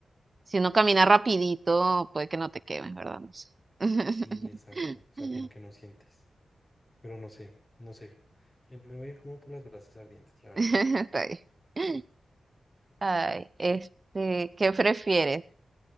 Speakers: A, on the right; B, on the left.
A: Si uno camina rapidito, puede que no te quemes, ¿verdad? No sé. <laughs>
B: sí, exacto, o sea, como que no sientes, pero no sé, no sé. Me me voy a ir como por las brasas ardientes, la verdad.
A: Está bien. Ay, este, ¿qué prefieres?